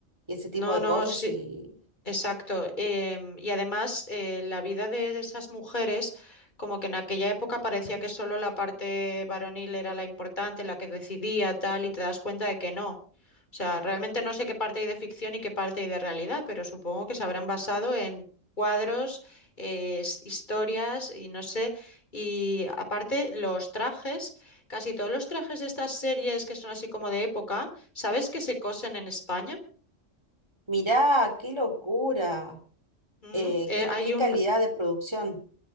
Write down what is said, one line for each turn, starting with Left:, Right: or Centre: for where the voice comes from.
Right: y ese tipo
Left: No,
Right: de
Left: no,
Right: cosas.
Left: sí.
Right: Y
Left: Exacto. em, y además, eh, la vida de esas mujeres, como que en aquella época parecía que solo la parte varonil era la importante, la que decidía, tal, y te das cuenta de que no. O sea, realmente no sé qué parte hay de ficción y qué parte hay de realidad, pero supongo que se habrán basado en cuadros, eh, s- historias y no sé. Y aparte, los trajes, casi todos los trajes de estas series que son así como de época, ¿sabes que se cosen en España?
Right: mirá, qué locura,
Left: Mm,
Right: eh,
Left: eh,
Right: qué,
Left: hay
Right: qué
Left: un,
Right: calidad de producción.